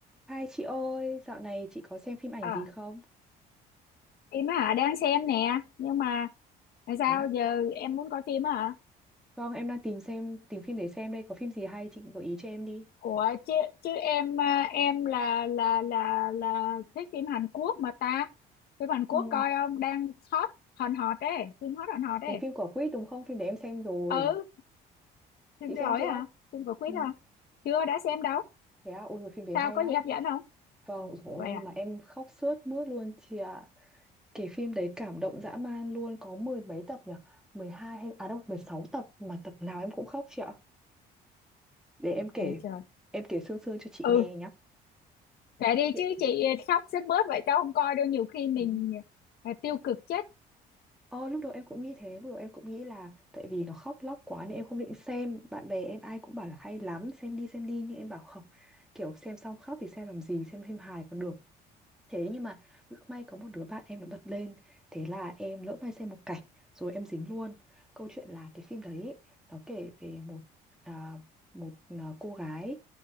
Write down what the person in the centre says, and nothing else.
Hai chị ơi, dạo này chị có xem phim ảnh
gì không?
Thế à?
Vâng, em đang tìm xem tìm phim để xem đây, có phim gì hay chị gợi ý cho em đi.
Ừ,
cái phim của Quýt đúng không? Phim để em xem rồi.
Chị
xem chưa?
Ừ,
thế à, ôi rồi phim đấy
hay
lắm.
Vâng, rồi
nhưng
mà em khóc sướt mướt luôn chị ạ. Cái phim đấy cảm động dã man luôn, có mười mấy tập nhỉ? mười hai hay à đâu, 16 tập mà tập nào em cũng khóc chị ạ. Để em kể,
em kể sương sương cho chị
nghe nhá.
Chuyện-
Ừ.
Ờ, lúc đầu em cũng nghĩ thế, lúc đầu em cũng nghĩ là tại vì nó khóc lóc quá nên em không định xem. Bạn bè em ai cũng bảo là hay lắm, xem đi xem đi nhưng em bảo không. Kiểu xem xong khóc thì xem làm gì, xem phim hài còn được. Thế nhưng mà lỡ may có một đứa bạn em nó bật lên Thế là em lỡ may xem một cảnh Rồi em dính luôn Câu chuyện là cái phim đấy ấy, Nó kể về một à, một à, cô gái